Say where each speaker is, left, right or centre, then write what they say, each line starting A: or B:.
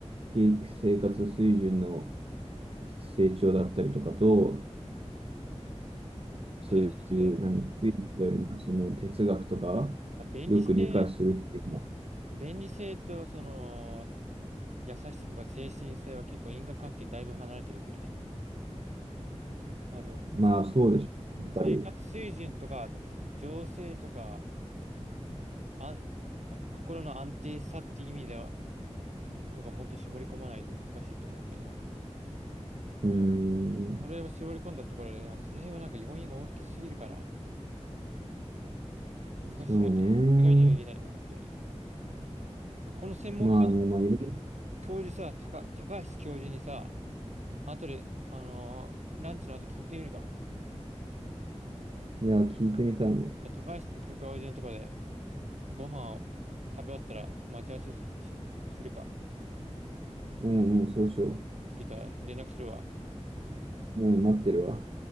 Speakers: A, on the right; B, on the right.
A: き生活水準の成長だったりとかと、そういう、
B: 中立性
A: 何、スピリチュアルな、その哲学とか、
B: あ便利性、
A: よく理解するっていうのは、
B: 便利性とその優しさとか精神性は結構因果関係だいぶ離れてるけどね。多分、普通、
A: まあそうでしょう、やっぱり。
B: 生活水準とか、あと情勢とか、あ、あ心の安定さっていう意味では、とかもっと絞り込まないと難しいと思うけど、
A: うーん、
B: それを絞り込んだところで、でもその辺はなんか要因が大きすぎるから、難しいよね。
A: そうね。
B: 意外には言えないの、本当に。まあこの専門家の
A: まあね、まあいろいろ、
B: 教授さ、高、高橋教授にさ、後で、あのーランチの後聞いてみるか。
A: いや、聞いてみたいね。
B: 高橋教授のところでご飯を食べ終わったら待ち合わせす、すするか。
A: うんうん、そうしよ
B: 聞いたら連絡するわ。
A: う。うん、待ってるわ。